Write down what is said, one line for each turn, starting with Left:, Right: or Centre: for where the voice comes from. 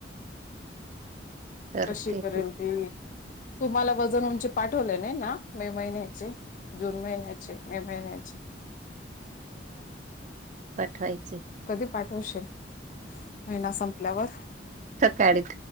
Right: करते
Left: कशी करेल ती तुम्हाला वजन उंची पाठवले नाही ना मे महिन्याचे जून महिन्याचे मे महिन्याचे
Right: उठवायचे
Left: कधी पाठवशील महिना संपल्यावर
Right: सकाळी